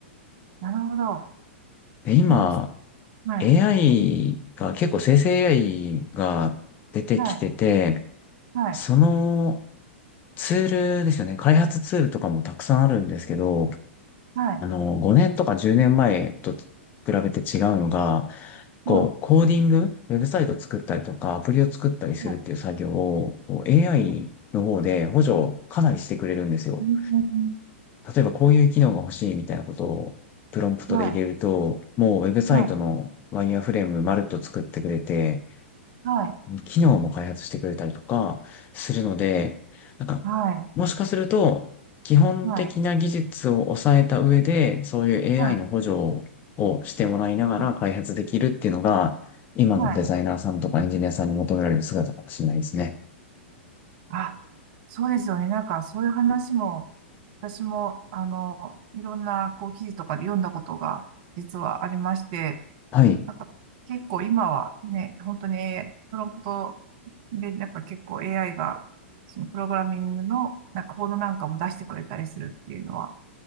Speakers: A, on the right; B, on the left.
A: なるほど。
B: で、今、
A: そうです。はい。
B: AI が結構生成 AI が出てきてて、
A: はい。はい、
B: そのツールですよね。開発ツールとかもたくさんあるんですけど、
A: はい、
B: あの、5年とか10年前と比べて違うのが、こう、
A: は
B: コーディング、ウェブサイト作ったりとか、アプリを作ったりするっていう作業を、
A: い、は
B: こう AI
A: い、はい、
B: の方で補助をかなりしてくれるんですよ。
A: うん、
B: 例えばこういう機能が欲しいみたいなことをプロンプトで入れると、
A: はい、
B: もうウェブサイトのワイヤーフレームまるっと作ってくれて、
A: はい、はい、
B: 機能も開発してくれたりとかするので、なんか、
A: はい、
B: もしかすると、基本的な技術を抑えた上で、
A: はい、
B: そういう
A: はい、
B: AI の補助をしてもらいながら開発できるっていうのが、
A: はい、
B: 今のデザイナーさんとかエンジニアさんに求められる姿かもしれないですね。
A: はい、あ、そうですよね。なんか、そういう話も、私も、あの、いろんな、こう、記事とかで読んだことが、実はありまして、
B: はい。
A: なんか、結構今はね、本当に、プロンプトで、なんか結構 AI が、そのプログラミングの、なんか、コードなんかも出してくれたりするっていうのは、